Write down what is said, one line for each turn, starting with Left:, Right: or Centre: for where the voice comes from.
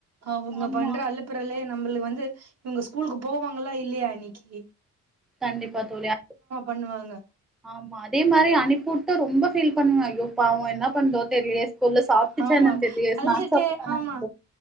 Right: அவுங்க
Centre: ஆமா
Right: பண்ற அலப் அப்புறலே நம்முளுக்கு வந்து இவுங்க ஸ்கூலுக்கு போவாங்களா இல்லையா இன்னிக்கி
Centre: கண்டிப்பா தோழி அ
Right: பண்ணுவாங்க
Centre: ஆமா அதே மாரி அனுப்பிவுட்டோ ரொம்ப ஃபீல் பண்ணுவ ஐயோ பாவோ என்ன பண்தோ தெரிலயே புள்ள சாப்டுச்சா
Right: ஆமா
Centre: என்னான்னு தெர்லயே
Right: அழுதுட்டே
Centre: ஸ்நாக்ஸ் சாப்டுச்சா என்னான்னு
Right: ஆமா
Centre: தெர்லயே